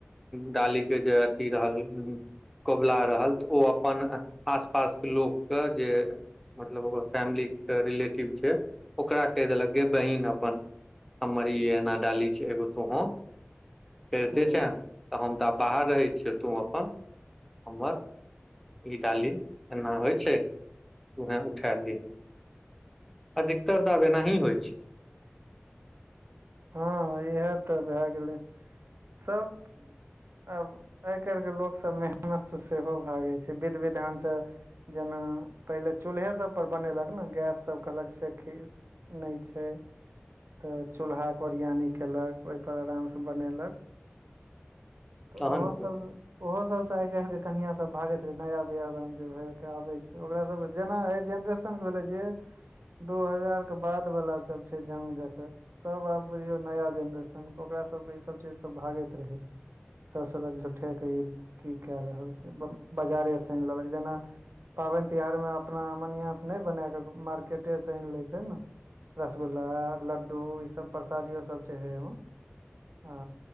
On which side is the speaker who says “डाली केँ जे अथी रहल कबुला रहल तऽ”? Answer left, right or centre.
Centre